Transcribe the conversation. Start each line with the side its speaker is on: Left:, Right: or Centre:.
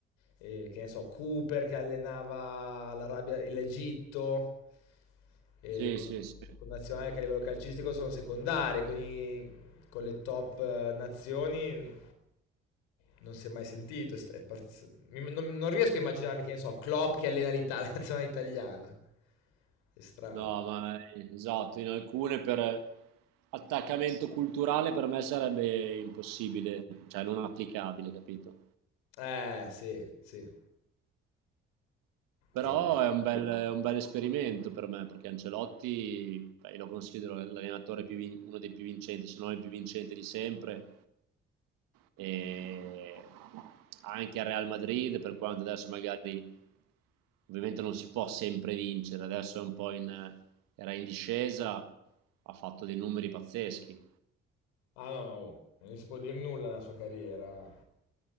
Left: eh, che ne so, Cooper che allenava l'Arabia, l'Egitto, eh,
Right: Sì,
Left: con,
Right: sì, sì.
Left: con nazionali che a livello calcistico sono secondarie, con, i- con le top eh, nazioni non si è mai sentito. è st- è parz- mi- non, non riesco a immaginarmi che ne so, Klopp che allena l'Italia, <laughs> la nazionale italiana. È strano.
Right: No, ma eh, esatto, in alcune per attaccamento culturale per me sarebbe impossibile, cioè non applicabile, capito?
Left: Eh, sì, sì.
Right: Però
Left: E-
Right: è un bel, è un bel esperimento per me, perché Ancelotti, beh, io lo considero l'allenatore più vin- uno dei più vincenti, se non il più vincente di sempre. E anche a Real Madrid, per quanto adesso magari ovviamente non si può sempre vincere, adesso è un po' in, era in discesa, ha fatto dei numeri pazzeschi.
Left: Ah, no, no, oh, non gli si può dire nulla nella sua carriera.